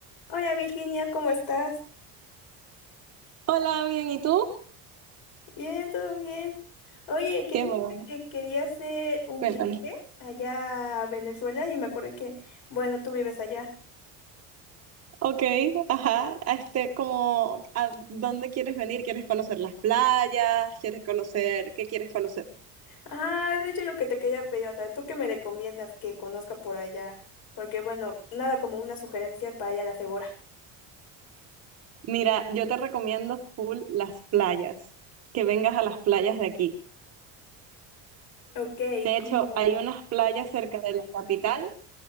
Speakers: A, on the left (about 60°); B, on the right (about 40°).
A: Hola Virginia, ¿cómo estás?
B: Hola, bien, ¿y tú?
A: Bien, todo bien. Oye, que
B: Qué
A: fíjate
B: bueno,
A: que quería hacer un
B: cuéntame.
A: viaje allá a Venezuela y me acordé que, bueno, tú vives allá.
B: Ok, ajá, este, como, ¿a dónde quieres venir? ¿Quieres conocer las playas? ¿Quieres conocer, qué quieres conocer?
A: Ah, es de hecho lo que te quería pedir, o sea, ¿tú qué me recomiendas que conozca por allá? Porque, bueno, nada como una sugerencia para ir a la segura.
B: Mira, yo te recomiendo full las playas, que vengas a las playas de aquí.
A: Ok,
B: De
A: como...
B: hecho, hay unas playas cerca de la capital